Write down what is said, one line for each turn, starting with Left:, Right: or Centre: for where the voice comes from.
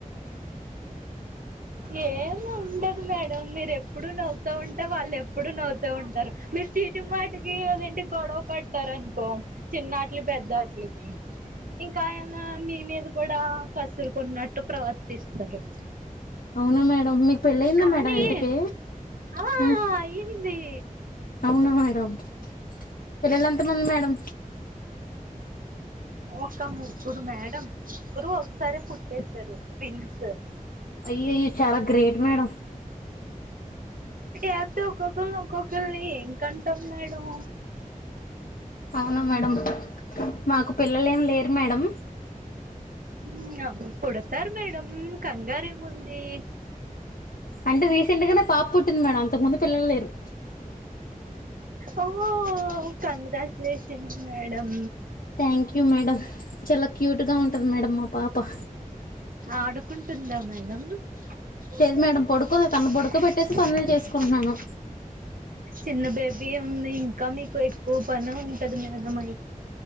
Right: ఏ ఏ ఉండదు మేడం మీరు ఎప్పుడు నవ్వుత ఉంటె వాళ్ళు ఎప్పుడు నవ్వుతూ ఉంటారు. మీరు చి చీటికీ మాటికి అదేంటి గొడవ పడ్తారనుకో చిన్నట్లు పెద్ద ఆటిలకి ఇంకా ఆయనా మీ మీద గొడవ కసురుకున్నట్టు ప్రవర్తిస్తారు.
Left: అవునా మేడం మీకు పెళ్ళయిందా
Right: కానీ
Left: మేడం ఇంతకి
Right: ఆ
Left: మ్
Right: అయింది
Left: అవునా మేడంమ్ పిల్లలు ఎంత మంది మేడం?
Right: ఒక ముగ్గురు మేడమ్ ముగ్గురు ఒకసారి పుట్టేసారు ట్విన్స్
Left: వీ చాలా గ్రేట్ మేడం
Right: ఏప్తే ఒక్కొక్కరిని ఒక్కొక్కరిని ఏంకంటాం మేడం.
Left: అవునా మేడం మాకు పిల్లలు ఏమి లేరు మేడం.
Right: మీయుం పుడతారు మేడం కంగారెముంది.
Left: అంటే రీసెంట్ గానె పాప పుట్టింది మేడం అంతకు ముందు పిల్లలు లేరు
Right: ఓ హో congratulation madam
Left: thank you madam చాలా క్యూట్గా ఉంటది మేడం మా పాప
Right: ఆడుకుంటుందా మేడం? <unintelligible>
Left: లేదు మేడం పడుకో తను పడుకో పెట్టేసి పనులు చేసుకుంటున్నాను
Right: చిన్న బేబీ ఉంది. ఇంకా మీకు ఎక్కువ పని ఉంటది మ్యాగ మై